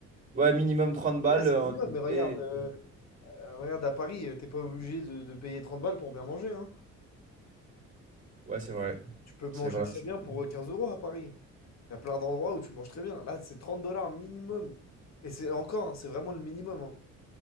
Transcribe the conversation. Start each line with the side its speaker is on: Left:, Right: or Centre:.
Right: Ouais, minimum 30 balles.
Left: Ouais, c'est
Right: euh,
Left: le minimum,
Right: en entrée.
Left: mais regarde, euh, euh, regarde à Paris, euh, t'es pas obligé de, de payer 30 balles pour bien manger, hein.
Right: Ouais, c'est vrai.
Left: Tu peux
Right: C'est
Left: manger
Right: vrai.
Left: très
Right: c'est
Left: bien
Right: vrai.
Left: pour euh, 15 euros à Paris. Il y a plein d'endroits où tu manges très bien. Là, c'est 30 dollars minimum. Et c'est encore, hein, c'est vraiment le minimum, hein.